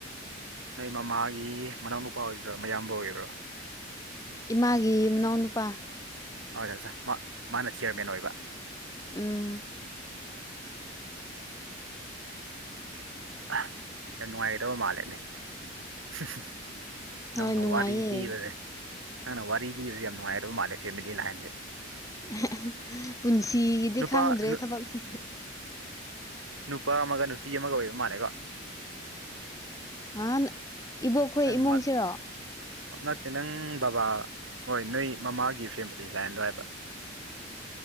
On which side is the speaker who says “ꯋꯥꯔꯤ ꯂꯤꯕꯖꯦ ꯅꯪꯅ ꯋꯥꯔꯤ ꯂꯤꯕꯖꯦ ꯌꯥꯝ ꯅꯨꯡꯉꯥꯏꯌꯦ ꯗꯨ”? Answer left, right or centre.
Right